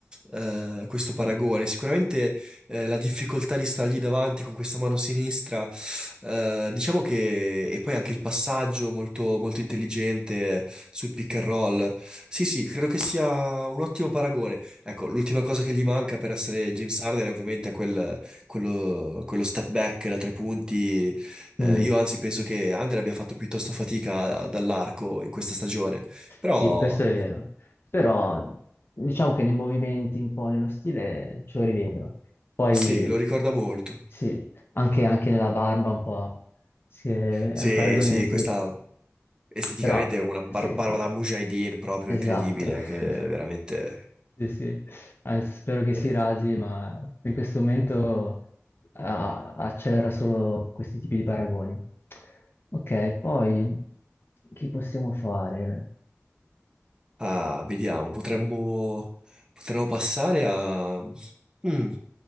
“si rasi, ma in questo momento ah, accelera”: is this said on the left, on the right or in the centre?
Left